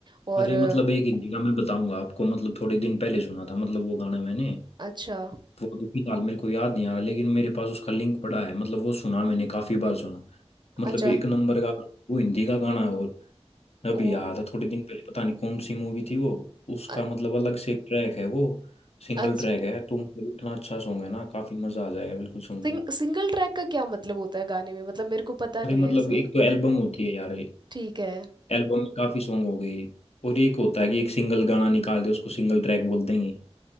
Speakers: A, on the right (about 45°); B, on the left (about 70°).
A: और
B: अरे
A: अ,
B: मतलब एक हिंदी का मैं बताऊंगा आपको मतलब थोड़े दिन पहले सुना था मतलब वो गाना मैंने
A: अच्छा
B: वो अभी फिलहाल मेरे को याद नहीं आ रहा लेकिन मेरे पास उसका लिंक पड़ा है मतलब वो सुना मैंने काफी बार सुना मतलब
A: अच्छा
B: एक नंबर का वो हिंदी का गाना है और अभी
A: ओ
B: याद है थोड़े दिन पहले पता नहीं कौन सी मूवी थी वो उसका
A: अ-
B: मतलब अलग से एक ट्रैक है वो सिंगल
A: अच्छा
B: ट्रैक है तो मतलब इतना अच्छा सॉन्ग है ना काफी मजा आ जाएगा बिल्कुल सुन
A: सिंग,
B: के
A: सिंगल ट्रैक का क्या मतलब होता है गाने में मतलब मेरे को पता नहीं
B: अरे मतलब
A: है ऐसे
B: एक तो एल्बम होती है यार
A: ठीक है
B: एल्बम में काफी सॉन्ग हो गई और एक होता है कि एक सिंगल गाना निकाल दे उसको सिंगल ट्रैक बोल देंगे